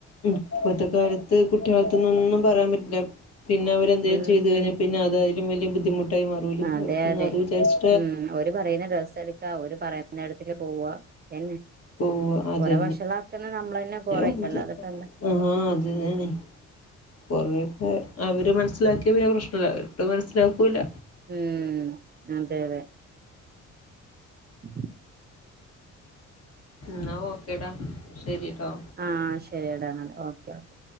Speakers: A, on the left; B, on the right.
A: ഇപ്പത്തെ കാലത്ത് കുട്ട്യാൾട്ത്തൊന്നും പറയാൻ പറ്റില്ല പിന്നെ അവരെന്തേലും
B: ഉം
A: ചെയ്തു കഴിഞ്ഞാൽ പിന്നെ അതയിലും വലിയ ബുദ്ധിമുട്ടായി മാറൂല്ലേ
B: അതെ
A: അയ്ത്ന്ന്
B: അതെ
A: അത് വിചാരിച്ചു
B: ഉം ഓര് പറയുന്ന ഡ്രസ്സ്‌ എടു ക്ക ഓര് പറഞ്ഞടത്തെക്ക് പോവ എന്നെ
A: പോവ അതന്നെയാ
B: ഓരെ വശളാക്കുന്ന നമ്മളന്നെ കൊറയും
A: <unintelligible>
B: അല്ലാതെപ്പ എന്താ
A: ആഹ് അതന്നെണ് കുറേക്കെ അവര് മനസ്സിലാക്കിയ പിന്നെ പ്രശ്നല്ലല്ല അവര് മനസ്സിലാക്കുല്ല
B: ഉം അതെ അതെ <inaudible>
A: ന്നാ ഓക്കെ ടാ ശരി ട്ടോ
B: ആഹ് ശരിയടാ ന്നാല് ഓക്കെ ഓക്കെ